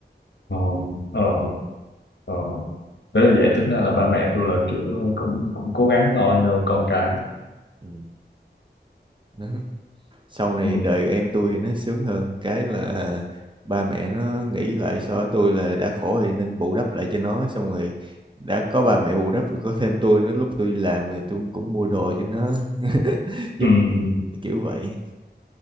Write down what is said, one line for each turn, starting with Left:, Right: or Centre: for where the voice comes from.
Left: ờ ờ ờ thế là vậy tính ra là ba mẹ tôi là kiểu ờ, cũng cũng cố gắng lo cho con cái
Right: ừ. đó. sau này
Left: ừ
Right: đời em tôi thì nó sướng hơn cái là ba mẹ nó nghĩ lại so tôi là đã khổ thì nên bù đắp lại cho nó xong rồi đã có ba mẹ bù đắp rồi có thêm tôi nữa lúc tôi đi làm thì tôi cũng mua đồ cho nó <laughs> giúp
Left: ừ ừ,
Right: kiểu vậy